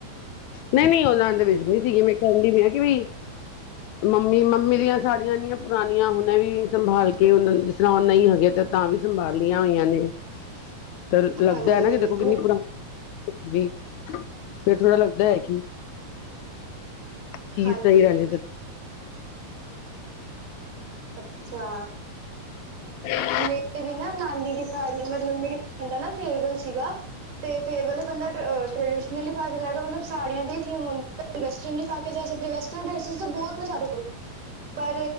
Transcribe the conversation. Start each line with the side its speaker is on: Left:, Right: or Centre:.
Left: ਨਹੀਂ ਨਹੀਂ ਉਦ ਦੇ ਵਿੱਚ ਨਹੀਂ ਸੀਗੀ ਮੇ ਕਹਿੰਦੀ ਵੀ ਹੈ ਕਿ ਵੀ, ਮੰਮੀ ਮੰਮੀ ਦੀਆਂ ਸਾਡੀਆਂ ਇਨੀਆਂ ਪੁਰਾਣੀਆਂ, ਹੁਨੇ ਵੀ ਸੰਭਾਲ ਕੇ ਉਹਨਾਂ ਨੂੰ, ਜਿਸ ਤਰਹ ਉਹ ਨਹੀਂ ਹੈਗੇ, ਤਾਂ ਵੀ ਸੰਭਾਲੀਆਂ ਹੋਈਆਂ ਨੇ ਤੇ ਲੱਗਦਾ
Right: ਹਾਂਜੀ
Left: ਹੈ, ਨਾ ਕਿ ਦੇਖੋ ਕਿੰਨੀ ਪੁਰਾਣੀ ਵੀ, ਫੇਰ ਥੋੜਾ ਲੱਗਦਾ ਹੈ ਕਿ ਚੀਜ਼
Right: ਹਾਂਜੀ
Left: ਸਹੀ ਰਹਿੰਦੀ, ਤੇ
Right: ਅੱਛਾ।
Left: ਹ <unintelligible>
Right: ਮੇਰੇ ਵੀ ਨਾ ਨਾਨੀ ਦੀ ਸਾੜੀ, ਮਤਲਬ ਮੇਰੀ ਭੈਣ ਦਾ ਨਾ ਫੇਅਰਵਲ ਸੀਗਾ। ਤੇ ਫੇਅਰਵਲ, ਬੰਦਾ ਟਰੈਡੀਸ਼ਨਲ ਹੀ ਪਾ ਕੇ ਜਾਏਗਾ, ਮਤਲਬ ਸਾੜੀਆਂ ਦੀ ਹੀ ਥੀਮ ਹੁੰਦੀ। ਵੈਸਟਰਨ ਨਹੀਂ ਪਾ ਕੇ ਜਾ ਸਕਦੇ, ਵੈਸਟਰਨ ਡਰੈਸਿਸ ਤੇ ਬਹੁਤ ਨੇ ਸਾਡੇ ਕੋਲ ਪਰ